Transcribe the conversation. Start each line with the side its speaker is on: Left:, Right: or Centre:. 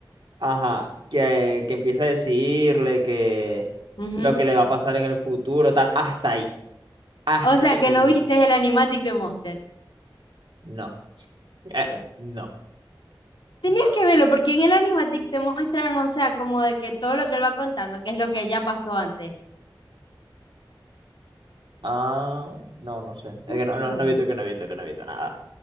Right: Ajá, que, que empieza a decirle que
Left: Ujú.
Right: lo que le va a pasar en el futuro, tal, hasta ahí, hasta
Left: O sea,
Right: ahí
Left: que
Right: lo
Left: no
Right: vi.
Left: viste el animatic de Monster.
Right: No, eh, no,
Left: Tenías
Right: no,
Left: que verlo porque en el animatic te muestran, o sea, como de que todo lo que él va contando, que es lo que ya pasó antes.
Right: ah, no, no sé, es
Left: tan
Right: que no,
Left: chido.
Right: no, no he visto que no he visto que no he visto nada.